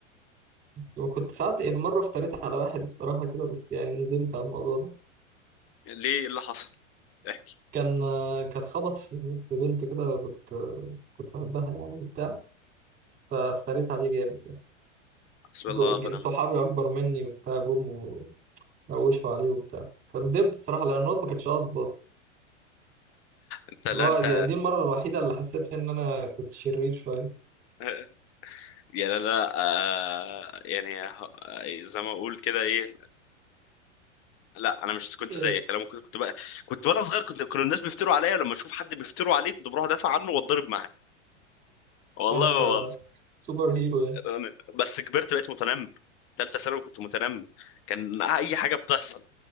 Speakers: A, on the right (about 25°); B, on the left (about 35°).
A: وكنت ساعات في مرة افتريت على واحد الصراحة كده بس يعني ندمت على الموضوع ده
B: ليه إيه اللي حصل احكي
A: كان آه، كان خبط في في بنت كده كنت كنت بحبها يعني وبتاع فافتريت عليه جامد يعني.
B: حسبي
A: جو-
B: الله
A: ج-
B: ونعم
A: صحابي
B: الوكيل.
A: أكبر مني وبتاع جم ونوشوا عليه وبتاع فندمت
B: آه.
A: الصراحة لأن الواد ما كانش قصده أصلا
B: انت لا
A: اللي هو
B: انت
A: يعني دي المرة الوحيدة اللي حسيت فيها إن أنا كنت شرير شوية
B: <laughs> يعني انا آه يعني ه- زي ما اقول كده ايه لا انا مش كنت
A: إيه
B: زيك انا ممكن كنت بقى كنت وانا صغير كنت كانوا الناس بيفتروا عليا لما اشوف حد بيفتروا عليه كنت بروح ادافع عنه واتضرب معاه والله
A: أنت
B: ما بهزر
A: سوبر هيرو يعني
B: أنا- بس كبرت بقيت متنمر تالتة ثانوي كنت متنمر كان اي حاجه بتحصل